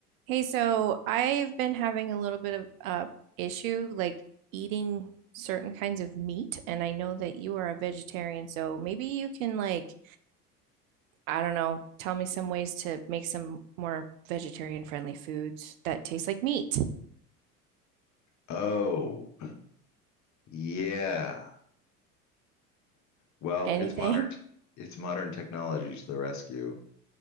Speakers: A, on the right; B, on the left.
A: Hey, so I've been having a little bit of uh issue like eating certain kinds of meat, and I know that you are a vegetarian, so maybe you can like, I don't know, tell me some ways to make some more vegetarian friendly foods that taste like meat.
B: Oh, yeah. Well,
A: Anything.
B: it's modern
A: <laughs>
B: it's modern technology to the rescue,